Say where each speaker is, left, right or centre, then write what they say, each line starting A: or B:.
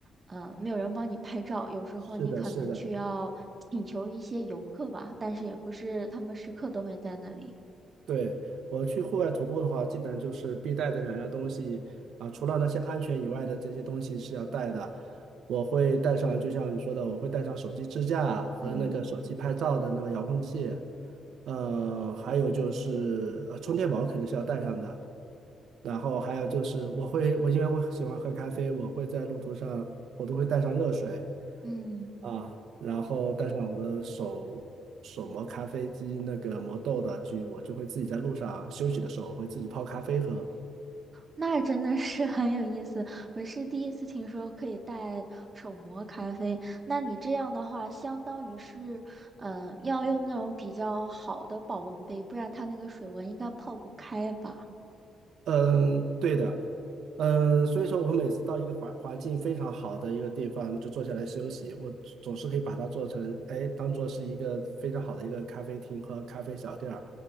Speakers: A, on the right (about 25°); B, on the right (about 75°).
A: 呃，没有人帮你拍照，有时候你可能去要请求一些游客吧，
B: 是的，是的。
A: 但是也不是他们时刻都会在那里。
B: 对，我去户外徒步的话，基本就是必带的两样东西啊，除了那些安全以外的这些东西是要带的。我会带上，就像你说的，我会带上手机支架和那个手机拍照的那个遥控器，
A: 嗯
B: 呃，还有就是呃充电宝肯定是要带上的，然后还有就是我会我因为我喜欢喝咖啡，我会在路途上我都会带上热水
A: 嗯。
B: 啊，然后带上我的手手磨咖啡机那个磨豆的去，我就会自己在路上休息的时候我会自己泡咖啡喝，
A: 那真的是 <laughs> 很有意思，我是第一次听说可以带手磨咖啡。那你这样的话，相当于是，嗯、要用那种比较好的保温杯，不然它那个水温应该泡不开吧？
B: 嗯，对的，嗯，所以说我每次到一个环环境非常好的一个地方就坐下来休息，我总是可以把它做成，哎，当做是一个非常好的一个咖啡厅和咖啡小店儿，